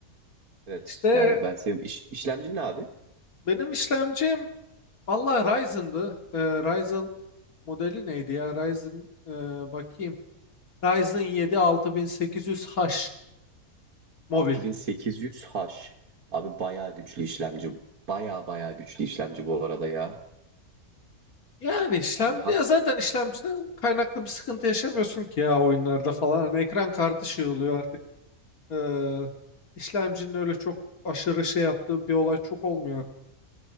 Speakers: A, on the right; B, on the left.
A: Evet
B: İşte
A: yani ben seviyorum. İş, işlemci ne abi?
B: Benim işlemcim valla Ryzen'dı. Ee, Ryzen modeli neydi ya? Ryzen e, bakayım. Ryzen 7 6800H mobil.
A: 6800H. Abi bayağı güçlü işlemci. Bayağı bayağı güçlü işlemci bu arada ya.
B: Yani işlemci
A: Yani H
B: ya zaten işlemciden kaynaklı bir sıkıntı yaşamıyorsun ki ya oyunlarda falan. Hani ekran kartı şey oluyor artık. Ee, işlemcinin öyle çok aşırı şey yaptığı bir olay çok olmuyor.